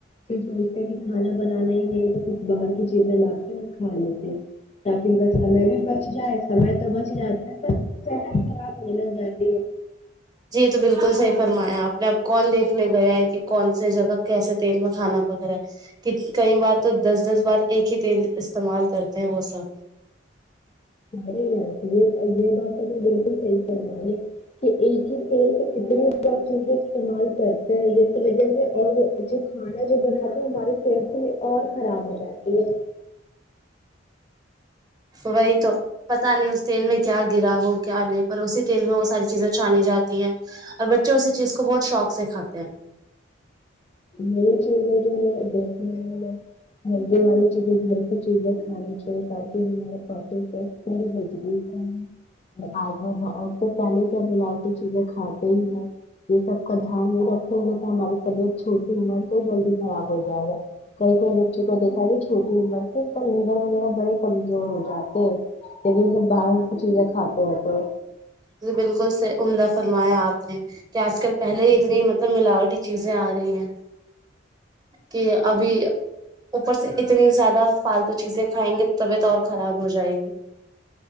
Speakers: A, on the left (about 30°); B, on the right (about 20°).
A: پھر سوچتے کہ کھانا بنانا ہی نہیں تو کھر باہر کی چیزیں لاتے اور کھا لیتے تاکہ ان کا سمے بھی بچ جائے سمے تو بچ جاتا پر صحت خراب ہونے لگ جاتی ہے
B: جی یہ تو بالکل صحیح فرمایا آپ نے اب کون دیکھنے گیا ہے کہ کون سے جگہ کیسے تیل میں کھانا پکڑا ہے کہ کئی بار تو دس دس بار ایک ہی تیل استعمال کرتے ہیں وہ سب
A: ارے آپ یہ یہ بات بالکل صحیح فرمایا کہ ایک ہی تیل سے کتنی چیزیں استعمال کرتے ہیں جس کی وجہ سے اور جو کھانا جو بناتے ہیں ہماری صحت کے لیے اور خراب ہو جاتی ہے
B: تو وہی تو پتاہ نہیں اس تیل میں کیا گرا ہو کیا نہیں پر اسی تیل میں وہ ساری چیزیں چھانی جاتی ہیں اور بچے اسی چیز کو بہت شوق سے کھاتے ہیں
A: یہ چیزیں جو ہے دیکھنے ہیں ہیلدی والی چیزیں گھر کی چیزیں کھانی چاہیے تاکہ ہمارے پانچ ان تنتر مجبوت آج تو پہلے کے ملاوٹی کی چیزیں کھاتے ہی ہیں یہ سب کا دھیان نہیں رکھتے ہیں تو ہماری طبیعت چھوٹی عمر سے جلدی خراب ہو جائے گا کئی کئی بچوں کو دیکھا گ چھوٹی عمر سے ان کا لیور وغیرہ بڑے کمزور ہو جاتے ہیں بھیب باہ پ چ ا تو ا تو
B: ج بالکل صح عمدہ فرمایا آپ کہ آج کل پہلے ہی اتنی مطلب ملاوٹی چیزیں آ رہی ہیں کہ ابھی اوپر سے اتنی زیادہ فالتو چیزیں کھائیں گے طبیعت اور خراب ہو جائے گی